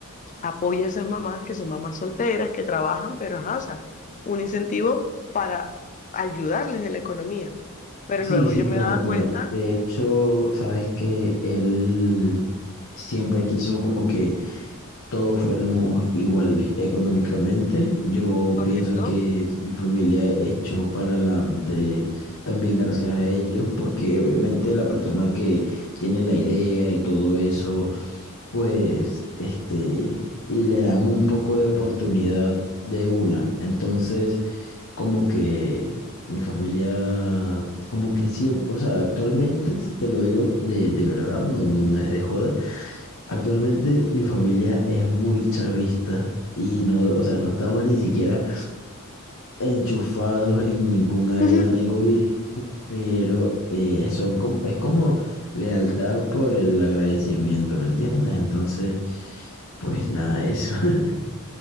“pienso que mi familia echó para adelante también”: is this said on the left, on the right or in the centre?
Left